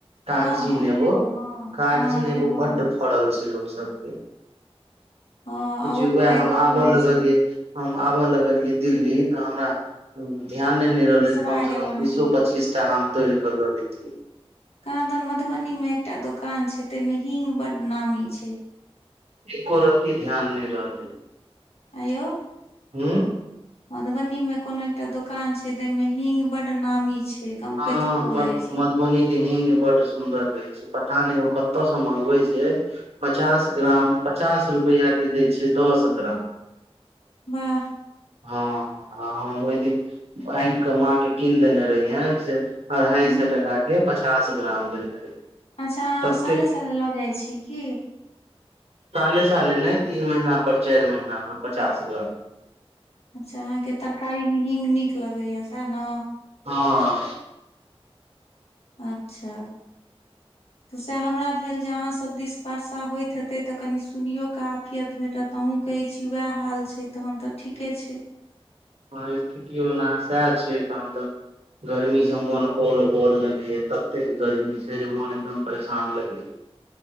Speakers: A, on the right; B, on the left.
A: कागजी
B: हँ हँ
A: नेबो
B: हँ
A: कागजी
B: हँ
A: नेबो बड्ड
B: मे
A: फड़ल छै लोकग सबके।
B: हँ
A: सोचिय
B: आब ओ
A: वैहम
B: फायदो
A: आबऽ
B: करै
A: लगलिय।
B: छै
A: हम आबय लगलियै दिल्ली तऽ हमरा ध्यान नहि। नहि रहले
B: बिसरा
A: कम से
B: गेल
A: कम
B: अहाँके
A: बीसो पच्चीस टा हम तोड़ कर ले लतिियै।
B: कहा दन मधुबनी में एकटा दकान छै ते में हींग बड नामी छै।
A: एको रति ध्यान नहि रहलै।
B: आयो।
A: हूँ
B: मधुबनी में कोनो एकटा दुकान छै तय में हींग बढ नामी छै। गमकैत
A: हँ
B: खूब रहै छै
A: मधुबनी के हींग बढ सुन्दर रहै छै पता नहि ओ कतयसँ मगबै छै। पचास ग्राम
B: हँ
A: पचास रुपैआ के दै छै दस ग्राम।
B: वाह।
A: हँ हम ओहि दिन आनि कऽ माँके कीन देने रहियन से। अढ़ाइ
B: हूँ
A: सए टकाके पचास ग्राम देने रहे
B: अच्छा अहाँ
A: ततेक
B: साले साले लऽ जाइत छी कि
A: साले साले नहि तीन महीना पर चारि महीना पर पचास ग्राम
B: अच्छा अहाँके तरकारी मे हींग नीक लगैएा सएह ने।
A: हँ।
B: अच्छा।
A: <inaudible> <inaudible>
B: तऽ सह हमरा भेल जे अहाँ सब दिसबर्शा होइत हेते तऽ कनि सुनियो क आफियत भेटत। त अहूँ कहै छी उएह हाल छै तहन तऽ ठीके छै।
A: हँ स्थिति ओना सएह छै तहन त गर्मी से मोन औल बोल लगेया तबते गर्मी छै जे मोन एकदम परेशान लगे या।